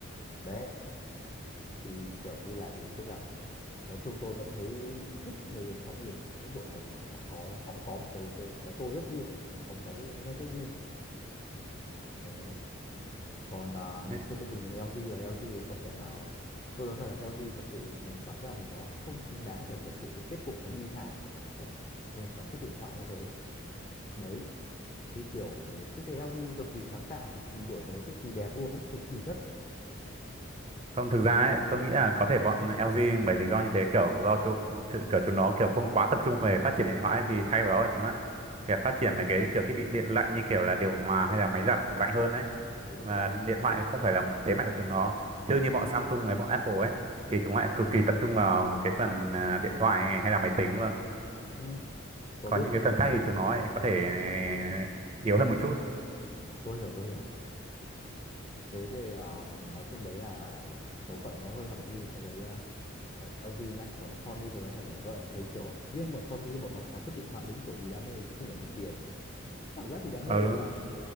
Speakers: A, on the left (about 30°); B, on the right (about 30°).
A: đấy thì kiểu như là gì tức là nói chung tôi vẫn thấy thích người dùng Sony ở mức độ nào đó họ có họ có một cái cái cái tôi rất riêng họ có một cái rất, nét rất riêng đấy còn à,
B: ừ.
A: ngày xưa tôi từng dùng LG rồi LG thì công nhận là tôi nói thật là LG thật sự mình cảm giác là mình nó không xứng đáng phải phải chịu cái kết cục nó bi thảm là phải ngừng sản xuất điện thoại như thế đấy chứ kiểu chứ thấy LG cực kỳ sáng tạo cực kỳ đổi mới cực kỳ đẹp luôn đấy cực kỳ chất
B: Không, thực ra ấy, tôi nghĩ là có thể bọn LG bởi lý do như thế kiểu do chúng chữ- kiểu chúng nó kiểu không quá tập trung về phát triển điện thoại ấy, thì thay vào đó là chúng lại kiểu phát triển mấy cái kiểu thiết bị điện lạnh như kiểu là điều hòa hay là máy giặt tủ lạnh hơn đấy.
A: ừ,
B: Và
A: ừ,
B: điện
A: cũng
B: thoại
A: phải
B: không phải là một thế mạnh của chúng nó. Chứ như bọn Samsung với bọn Apple ấy thì chúng lại cực kỳ tập trung vào cái phần à, điện thoại hay là máy tính luôn.
A: Ừ tôi
B: Còn
A: biết
B: những cái
A: tôi
B: phần khác thì chúng nó lại có thể à, yếu hơn một chút.
A: tôi hiểu tôi hiểu thế thì ờ, nói chung đấy là số phận nó hơi hẩm hiu so với ờ, ờ, LG nhá còn Sony tôi nói thật là tôi lại thấy kiểu riêng bọn Sony bọn nó sản xuất điện thoại đúng kiểu vì đam mê chứ không phải vì tiền cảm giác vì đam
B: Ờ,
A: mê hay sao ấy